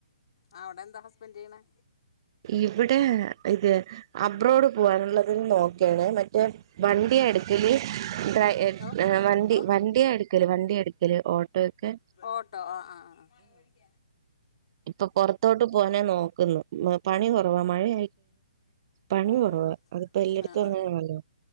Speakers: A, on the left; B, on the right.
A: ആഹ് അവിടെ എന്താ ഹസ്ബന്റ് ചെയ്യണേ
B: ഇവിടെ ഇത് അബ്രോഡ് പോവാനുള്ളതിൽ നോക്കാണേ മറ്റേ വണ്ടിയ എടുക്കല് ഡ്രൈ
A: ഓ
B: വണ്ടി
A: ഓ
B: വണ്ടിയ എടുക്കല് വണ്ടി എടുക്ക ല് ഓട്ടോ ഒക്കെ
A: ഓട്ടോ ആഹ് ആഹ് ആഹ് ആഹ്
B: ഇപ്പൊ പുറത്തോട്ട് പോനെ നോക്കുന്നു പണി കുറവാ മഴയ പണി
A: ആ
B: കുറവ
A: ആ
B: അതിപ്പോ എല്ലായിടത്തും
A: ആ
B: അങ്ങനെല്ലോ